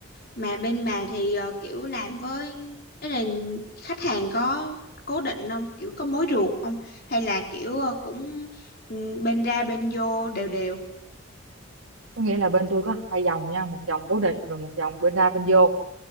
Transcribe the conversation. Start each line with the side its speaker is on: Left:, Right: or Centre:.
Left: mà bên bà thì ờ, kiểu làm với tức là khách hàng có cố định không? Kiểu có mối ruột không? Hay là kiểu ờ, cũng ừ, bên ra bên vô đều đều.
Right: có nghĩa là bên tôi có hai dòng nha một dòng cố định và một dòng bên ra bên vô